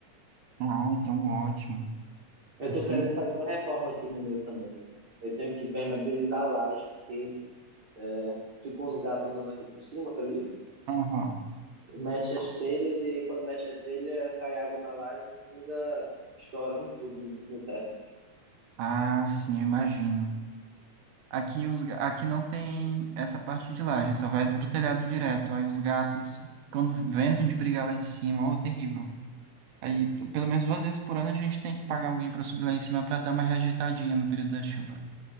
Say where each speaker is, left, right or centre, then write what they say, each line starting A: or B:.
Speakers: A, on the right; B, on the right.
A: Ah, então ótimo.
B: Eu
A: Assim.
B: tô querendo fazer uma reforma aqui no meu também. Eu tenho que impermeabilizar a laje, porque é, ficam os gatos andando aqui por cima, acredito.
A: Aham.
B: Mexe as telhas e aí quando mexe a telha cai água na laje e ainda estourando tudo no, no teto.
A: Ah, sim, eu imagino. Aqui, os, ga- aqui não tem essa parte de laje, só vai pro telhado direto. Aí os gatos, quando ventam de brigar lá em cima, ó, terrível. Aí, p- pelo menos duas vezes por ano, a gente tem que pagar alguém para subir lá em cima para dar uma reajeitadinha no período da chuva.